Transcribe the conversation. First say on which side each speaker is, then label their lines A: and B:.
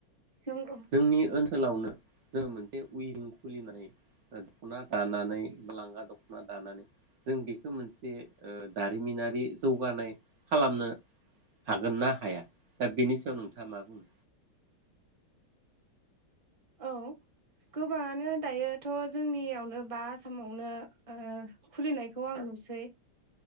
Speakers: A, on the right; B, on the right.
A: नंगौ
B: जोंनि ओनसो सोलावनो जोङो मोनसे उइबिं खुलिनानै ओ दख'ना दानानै लांगा दख'ना दानानै जों बे <unintelligible> मोनसे ओ जारिमिनारि जौगानाय खालामनो हागोन ना हाया? दा बेनि सायाव नों थाङा मा बुङो?
A: औ गोबाङानो दायोथ' जोंनियावनो बा आसामावनो ओ खुलिनायखौ आं नुसै।